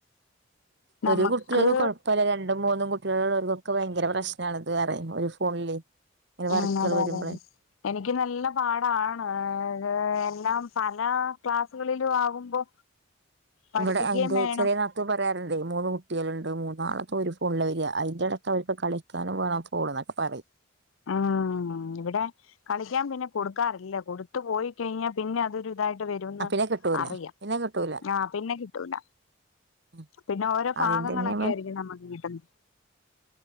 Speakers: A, on the right; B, on the left.
A: ഒരു
B: നമുക്ക്
A: കുട്ടിക്ക്‌ കൊഴപ്പല്ല രണ്ടും മൂന്നും കു കുട്ടികുള്ളവർക്കൊക്കെ ഭയങ്കര പ്രശ്നമാണത് ഇത് പറയും ഒരു ഫോണില് ഇങ്ങനെ
B: ഉം
A: വർക്കുകൾ
B: അതെ
A: വരുമ്പോളേ
B: അതെ എനിക്ക് നല്ല പാടാണ് ഏ എല്ലാം പല ക്ലാസുകളിലും ആകുമ്പോ പഠിപ്പിക്കുകയും
A: ഇവിടെ എന്റെ
B: വേണം
A: ചെറിയ നാത്തൂൻ പറയാറുണ്ട് മൂന്ന് കുട്ടിയാളുണ്ട് മൂന്നാളത്ത് ഒരു ഫോണില വെര അയിന്റെട അവർക്ക് കളിക്കാനും വേണം ഫോൺ എന്നൊക്കെ പറിം
B: ഉം ഇവിടെ കളിക്കാൻ പിന്നെ കൊടുക്കാറില്ല കൊടുത്തു പോയി കഴിഞ്ഞാ പിന്നെ അതൊരു ഇതായിട്ട് വരുംന്ന്
A: ആ പിന്നെ കിട്ടൂല
B: അറിയാം
A: പിന്നെ കിട്ടൂല
B: ആ പിന്നെ കിട്ടൂല
A: ഉം
B: പിന്നെ ഓരോ ഭാഗങ്ങളൊക്കെ
A: ആദ്യം തന്നെ അവൻ
B: ആയിരിക്കും നമ്മുക്ക് കിട്ടുന്നെ